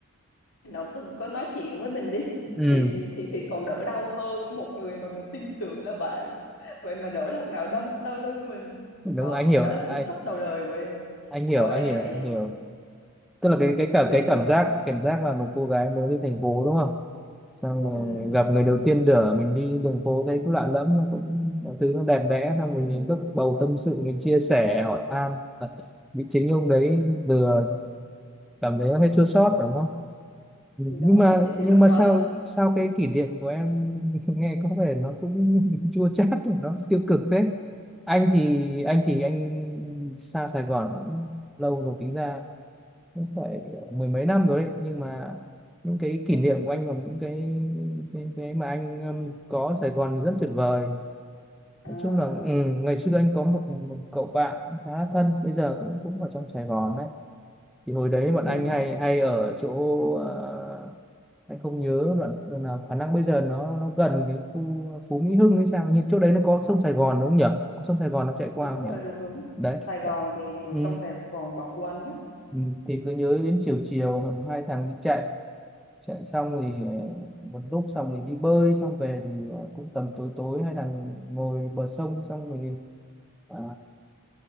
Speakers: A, on the left; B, in the centre.
A: ông đừng có nói chuyện với mình đi
B: ừ
A: thì thì thì còn đỡ đau hơn với một người mà mình tin tưởng là bạn vậy mà nỗi lòng nào đâm sau lưng mình
B: đúng
A: đó
B: anh
A: thì
B: hiểu
A: đó là cú
B: anh
A: sốc đầu đời của em
B: anh hiểu
A: trời
B: anh
A: ơi, em
B: hiểu
A: phải
B: anh hiểu tức là
A: ừm,
B: cái cái cả
A: bình
B: cái
A: thường
B: cảm giác cảm giác là một cô gái mới đi thành phố đúng không xong rồi
A: Ừm,
B: gặp người đầu tiên đỡ mình đi đường phố thấy cũng lạ lẫm nó cũng mọi thứ nó đẹp đẽ xong rồi mình cứ bầu tâm sự mình chia sẻ hỏi han bị chính ông đấy vừa cảm thấy nó hơi chua xót đúng không nhưng
A: thì đó
B: mà
A: thì thì
B: nhưng
A: lúc
B: mà
A: đó
B: sao sao cái kỷ niệm của em <laughs> nghe có vẻ nó cũng <laughs> chua chát rồi nó tiêu cực thế anh thì anh thì anh xa Sài Gòn cũng lâu rồi tính ra cũng phải mười mấy năm rồi đấy nhưng mà những cái kỷ niệm của anh và những cái cái, cái mà anh um, có ở Sài Gòn rất tuyệt vời
A: à
B: nói chung là ừ, ngày xưa anh có một, một cậu bạn khá là thân bây giờ cũng cũng ở trong Sài Gòn đấy thì hồi đấy bọn
A: ừm,
B: anh hay hay ở chỗ ờ, anh không nhớ đoạn, đoạn nào khả năng bây giờ nó nó gần cái khu Phú Mỹ Hưng hay sao nhưng chỗ đấy nó có sông Sài
A: à
B: Gòn đúng không nhỉ có sông Sài Gòn nó chạy qua
A: đúng
B: không
A: rồi
B: nhỉ
A: đúng đúng
B: đấy
A: Sài Gòn thì được
B: ừ,
A: xong Sài Gòn bọc quanh á
B: ừ, thì cứ nhớ đến chiều chiều hầm hai thằng đi chạy chạy xong thì ờ, một lúc xong thì đi bơi xong về thì ờ, cũng tầm tối tối hai thằng ngồi bờ sông xong thì à,